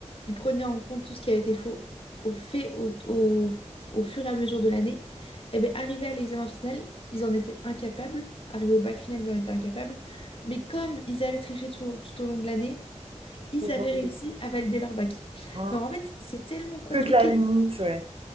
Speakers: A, on the left; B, on the right.
A: il prenait en compte tout ce qui avait été faux, au fait au, au- au fur et à mesure de l'année, et bien arrivé à l'examen final, ils en étaient incapables. Arrivé au bac final, ils en étaient incapables. Mais comme ils avaient triché tout, tout au long de l'année, ils
B: Et
A: avaient
B: donc,
A: réussi à valider leur bac.
B: euh,
A: Donc en fait, c'est tellement compliqué
B: toute la limite ouais.